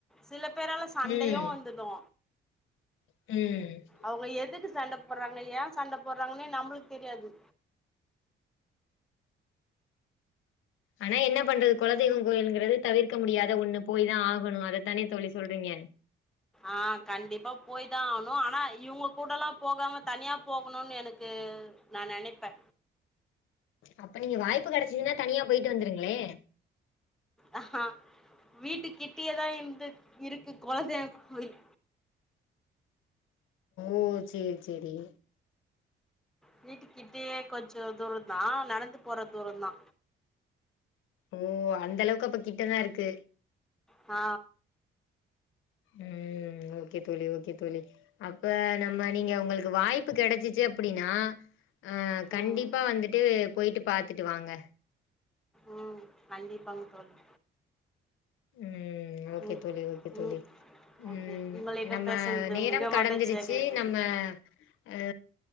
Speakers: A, in the centre; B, on the left.
A: சில பேரால சண்டையு
B: ம்
A: வந்துடு
B: ம்
A: அவுங்க எதுக்கு சண்ட போட்றாங்க ஏ சண்ட போட்றாங்னே நம்ப்ளுக்கு தெரியாது
B: ஆனா என்ன பண்றது கொலதெய்வங் கோயிலுங்றது தவிர்க்க முடியாத ஒண்ணு போய் தா ஆகணு அதத்தானே தோழி சொல்றீங்க
A: ஆ கண்டிப்பா போய் தா ஆகனு ஆனா இவுங்க கூடலா போகாம தனியா போகணுன்னு எனக்கு நா நெனைப்பே
B: அப்ப நீங்க வாய்ப்பு கெடைச்சுதுன்னா தனியா போயிட்டு வந்துருங்களே
A: அஹா வீட்டு கிட்டியேதா இருந்து இருக்கு கொலதேவ கோவில்
B: ஓ செரி செரி
A: வீட்டுக்கிட்டயே கொஞ்சோ தூரம் தா நடந்து போற தூரோ தா
B: ஓ அந்த அளவுக்கு அப்ப கிட்ட தா இருக்கு
A: ஆ
B: ம் ஓகே தோழி ஓகே தோழி அப்ப நம்ம நீங்க உங்களுக்கு வாய்ப்பு கெடைச்சிச்சு அப்டின்னா ஆ கண்டிப்பா
A: ம்
B: வந்துட்டு போயிட்டு பாத்துட்டு வாங்க
A: ம் கண்டிப்பாங்க தோழி
B: ம் ஓகே
A: ம்
B: தோழி ஓகே தோழி
A: ம் ஓகே
B: ம்
A: உங்களிடம்
B: நம்ம
A: பேசனது
B: நேரம்
A: மிக
B: கடந்துருச்சு
A: மகிழ்ச்சியாக இருந்தது
B: நம்ம ஆ